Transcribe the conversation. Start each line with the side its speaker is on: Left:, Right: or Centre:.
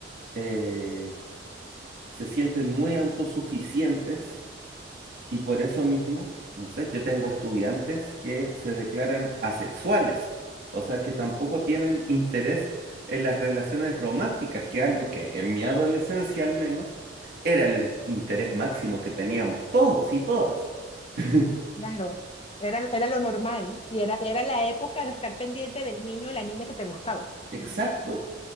Right: eh, se sienten muy autosuficientes y por eso mismo, no sé, yo tengo estudiantes que se declaran asexuales, o sea que tampoco tienen interés en las relaciones románticas, que es algo que en mi adolescencia al menos era el interés máximo que teníamos todos y todas. <laughs>
Left: Claro, era, era lo normal y era, era la época de estar pendiente del niño o la niña que te gustaba.
Right: Exacto.